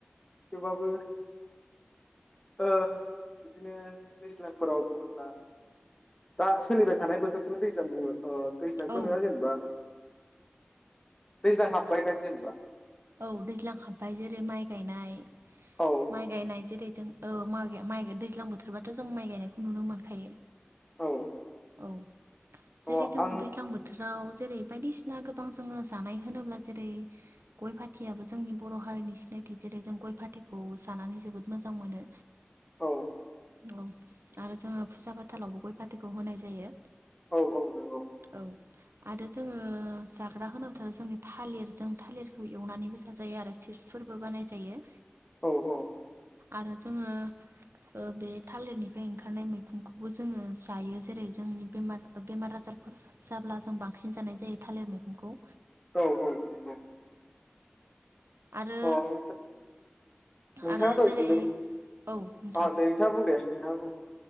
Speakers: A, on the left (about 20°); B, on the right (about 80°).
A: थेवबाबो ओ बिदिनो दैज्लां फोराव बुङोब्ला दा सोलिबाय थानाय बोथोर खौनो दैज्लां बुंङो। ओ दैज्लां थ'
B: औ
A: नङा जेनेबा दैज्लां हाबबाय दां जेनबा?
B: औ दैज्लां हाबबाय जेरै माइ गायनाय,
A: औ
B: माइ गायनाय जेरै, औ माइ दैज्लां बोथोरबाथ' जों माइ गायनायखौ नुनो मोनखायो।
A: औ
B: औ जेरै
A: अ
B: जोङो
A: आं
B: दैज्लां बोथोराव जेरै बायदिसिना गोबां जोङो जानाय होनोब्ला जेरै गय फाथैयाबो जोंनि बर' हारिनि सिनायथि जेरै जों गय फाथैखौ जानानै जोबोद मोजां मोनो।
A: औ
B: औ आरो जोंङो फुजा फाथालावबो गय फाथैखौ होनाय जायो।
A: औ औ नंगौ।
B: औ आरो जोङो जाग्रा होनोबाथ' जों थालिर जों थालिर बेखौ एवनानैबो जाजायो आरो सिफफोरबो बानाय जायो।
A: औ औ
B: आरो जोङो बे थालिरनिफ्राय ओंखारनाय मैखुनखौबो जोङो जायो। जेरै जोंनि बेमार बेमार आजारफोर जाब्ला जों बांसिन जानाय जायो थालिर मैखुनखौ।
A: औ औ नंगौ।
B: आरो
A: अ नोथां नोंथाङा
B: आरो
A: दहै
B: जेरै
A: सोंदोंमोन
B: औ नोंथां
A: अ दे नोंथाङा बुं दे नोंथांङ बुं